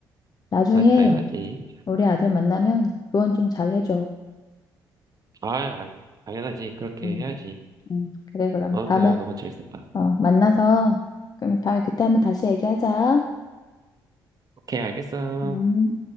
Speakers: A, on the left; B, on the right.
A: 나중에
B: 아, 당연하지.
A: 우리 아들 만나면 조언 좀 잘 해줘.
B: 아, 아, 당연하지. 그렇게
A: 응,
B: 해야지.
A: 응. 그래, 그럼
B: 어,
A: 다음에,
B: 대화 너무 재밌었다.
A: 어, 만나서, 그럼 다음에 그때 한번 다시 얘기하자.
B: 오케이, 알겠어.
A: 음.